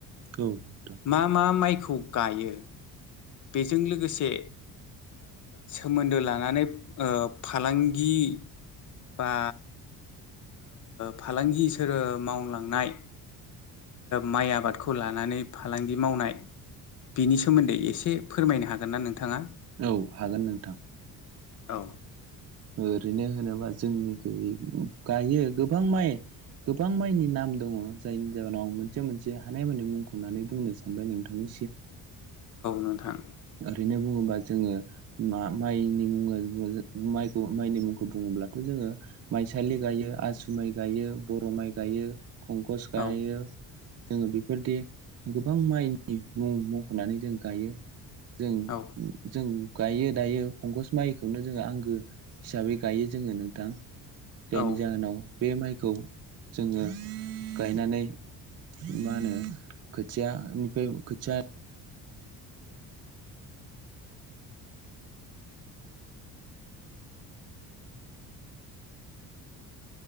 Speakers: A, on the right (about 40°); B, on the left (about 50°).
A: औ नोंथां
B: मा मा माइखौ गायो बेजों लोगोसे सोमोन्दो लानानै फालांगि बा फालांगिसो मावलांनाय माइ आबादखौ लानानै फालांगि मावनाय बिनि सोमोन्दै एसे फोरमायनो हागोन ना नोंथांङा
A: औ हागोन नोंथां
B: औ
A: ओरैनो होनोबा जोंनि गैयै गायो गोबां माइ गोबां माइनि नाम दङ जायनि जउोनाव आं मोनसे मोनसे हानायमानि मुंखौ होननानै बुंनो सानबाय नोंथांनि
B: नोंथां
A: ओरैनो बुंङोबा जोंङो माइ नि मुंडा माइखौ माइनि मुंखौ बुङोब्लाथ' जोंङो माइसालि गायो आसु माइ गायो बर' माइ गायो कंकस गाय
B: औ
A: जोंङो बेफोरदि गोबां माइनि मुं मख'नानै जों गायो जों
B: औ
A: जों गायो दायो फंकस माइखौनो जोंयो आं हिसाबै गायो नोंथां जायनि
B: औ
A: जाव खौ जोंङो गायनानै मा होनो खोथिया निफ्राय खोथिया